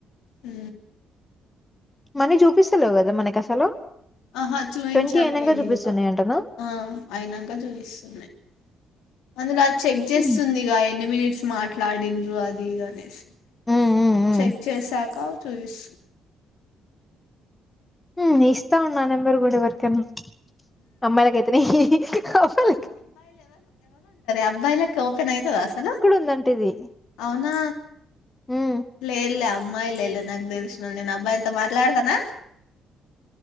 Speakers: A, on the left; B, on the left.
A: అ
B: మనీ చూపిస్తలేవు కదా మనకి అసలు
A: ఆహా చూయిించట్లేదు
B: ట్వంటీ అయినంక చూపిస్తున్నాయి
A: ఇంకా
B: అంటనా
A: ఆ అయినాక చూయిస్తున్నాయి అందు చెక్ చేస్తుంది
B: హ్మ్
A: గాయ న్ని మినిట్స్ మాట్లాడింద్రు అది ఇ అనేసి
B: హ్మ్ హ్మ్ హ్మ్
A: చెక్ చేసాక చూపిస్తు
B: హ ఇస్తావుం న ఎంబరు గు కూడాడి వర్ కనా అమ్మాలక అతేనే అమ్మ
A: అబ్బాయి ఓపెన్ అయితడా అసలు
B: ఉందంట ఇది
A: అవునా
B: హ్మ్
A: లే లేవు అమ్మాయిల ఇ నగ్దే దస నేను అబ్బాయిలుతో మాట్లాడతానా